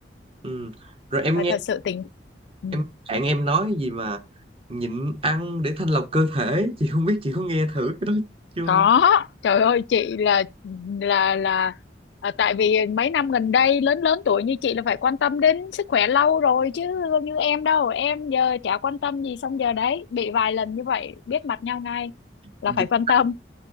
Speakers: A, on the right; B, on the left.
A: ừ rồi em
B: phải
A: nghe
B: thật sự tỉnh ừ.
A: em bạn em nói gì mà nhịn ăn để thanh lọc cơ thể <laughs> chị không biết chị có nghe thử cái đó chưa
B: có trời ơi chị là là là à, tại vì mấy năm gần đây lớn lớn tuổi như chị là phải quan tâm đến sức khỏe lâu rồi chứ không như em đâu em giờ chả quan tâm gì xong giờ đấy bị vài lần như vậy biết mặt nhau ngay là
A: nhịn,
B: phải quan tâm